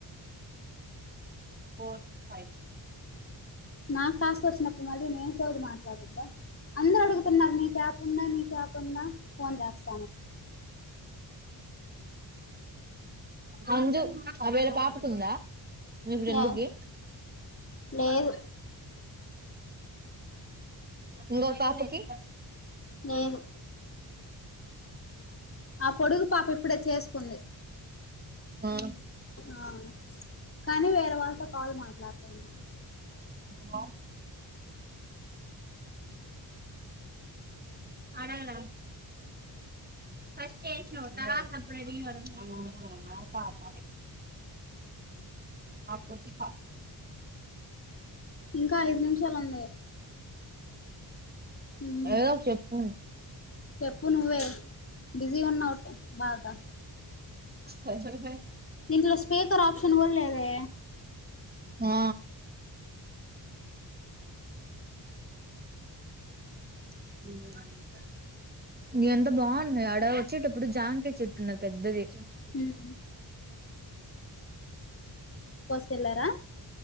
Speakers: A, on the right (about 20°); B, on the left (about 30°).
A: ఫోర్ ఫై
B: నాకు టాస్క్ వచ్చినప్పుడు మళ్ళీ నేను సోది మాట్లాడొద్దా అందరూ అడుగుతున్నారు నీ ఆప్ ఉందా నీ ఆప్ ఉందా ఫోన్ చేస్తా
A: అ అందు ఆ వేరే పాపకు ఉందా మీ ఫ్రెండ్
B: యా
A: కి
B: లేదు
A: ఇంగో పాపకి
B: నేను ఆ పొడుగు పాప ఇప్పుడే చేసుకుంది
A: ఆ
B: ఆ కానీ వేరే వాళ్ళతో కాల్ మ లాతంది
A: <unintelligible> అడగల ఫస్ట్ వేసినవు తర్వాత అప్పుడు అడిగినవు పాప ఆ కోట్టి ప
B: ఇంకా ఐదు నిమిషాలు ఉంది. ఉమ్
A: ఆ ఏదోటి చెప్పు
B: చెప్పు నువ్వే బిజీ ఉన్న ఒట్టు బాగా
A: హహ
B: దీంట్లో స్పీకర్ ఆప్షన్ కూడా లేదే.
A: ఆ ఉమ్ ఎంత బాగున్నాయి ఆడ వచ్చేటప్పుడు జాంకాయ చెట్టున్నాది పెద్దది.
B: ఉమ్ కోసుకెల్లారా.